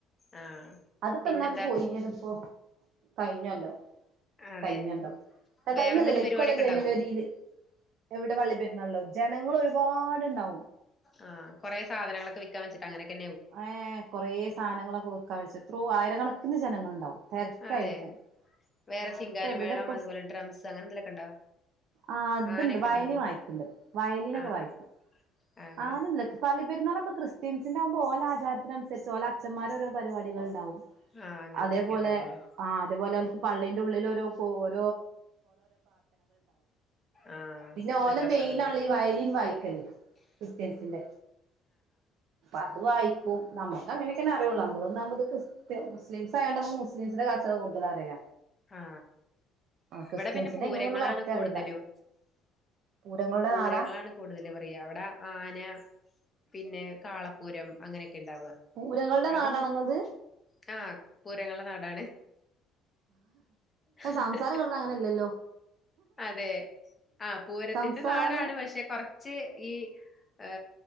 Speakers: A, on the left (about 25°); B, on the right (about 70°).
A: ആഹ്
B: അത് പ്പെന്നാപ്പൊ
A: പിന്നെന്താ
B: പോടീഞ്ഞത്പ്പൊ കഴിഞ്ഞൊല്ലം
A: അതെ
B: കഴ്ഞ്ഞൊല്ലം ക
A: വേറെന്തേലും
B: കൈഞ്ഞൊല്ലല്ല
A: പരിപാടിയൊക്കെ
B: ഇക്കൊല്ലം ജനുവരില്
A: ഉണ്ടാവോ
B: എവി ടെ പള്ളിപെരുന്നാള്ള് ജനങ്ങളൊരുപാടുണ്ടാവും
A: ആ കൊറേ സാധനങ്ങളൊക്കെ വിക്കാൻ വെച്ച്ട്ട് അങ്ങനെക്കെ
B: ങേ കൊറേ സാനങ്ങളൊക്കെ വിക്കാൻ വെച്ച് ത്രോ ആയിരകണക്കിന് ജനങ്ങള്ണ്ടാവും തെരക്കായിരിക്കും
A: അതെ വേറെ
B: ആ
A: ചിങ്കാരിമേളം
B: അത്പ്പോ എവടെപ്പൊ
A: അതുപോലെ
B: സ്
A: ഡ്രംസ് അങ്ങനെന്തേലൊക്കെ ഉണ്ടോ
B: ആ അത്ണ്ട്
A: ആനൊക്കെ
B: വയലിൻ
A: ഉണ്ടാവോ
B: വായിക്ണ്ട് വയലിനൊക്കെ
A: ആഹ്
B: വായിക്കു
A: ആഹ് അതെ
B: ആനെന്നുല്ല ലക് പാർലി പെരുന്നാളാവുമ്പക് ക്രിസ്ത്യൻസിനാവുമ്പോ ഓലാജാരത്തിനൻസർച്ച് ഓലച്ചന്മാരോരോ പരിവാടികൾ ണ്ടാവും
A: ആഹ് അങ്ങനത്തൊക്കെ
B: അതേപോലെ
A: ഉണ്ടാവല്ലേ
B: ആ അതേപോലോൽക്ക്‌ പള്ളി ന്റെ ഉള്ളിലോരോ ഹോൾ
A: ആഹ്
B: പിന്നെ ഓലെ
A: നല്ല രസാവുംല്ലേ
B: മെയിനാണല്ലോ ഈ വയലിൻ വായിക്കല് ക്രിസ്ത്യൻസിന്റെ അത് വായിക്കും നമ്മക്ക് അങ്ങനെക്കെല്ലെ അരിയൊള്ളു നമ്മളൊന്നാമത് ക്രിസ്ത്യ മുസ്ലിംസ് ആയോണ്ട് നമ്മക് മുസ് ലിംസിന്റെ കാ <unintelligible> കൂടുതലറിയ
A: ആ
B: ക്രിസ്ത്യൻസിന്റെ
A: ഇവടെ പിന്നെ പൂരങ്ങളാണ്
B: എങ്ങനെയെന്ന് കറക്റ്റ്
A: കൂടുതലും
B: അറിയില്ല പൂരങ്ങളുടെ
A: പൂരങ്ങളാണ്
B: നാടാ
A: കൂടുതല് പറയാ ടെ ആന പിന്നേ കാള പൂരം അങ്ങനെക്കെ ണ്ടാവാ
B: പൂരങ്ങളുടെ
A: അതിന്
B: നാടാണോ ഇങ്ങളത്
A: ങാ പൂരങ്ങൾടെ നാടാണ് ഹ്
B: സംസാരം
A: ഹ് ഹ്
B: കേട്ടിട്ട് അങ്ങനെയല്ലല്ലോ
A: അതെ അ പൂരത്തിന്റെ
B: സംസാരം
A: നാടാണ് പഷേ കൊർച് ഈ ഏ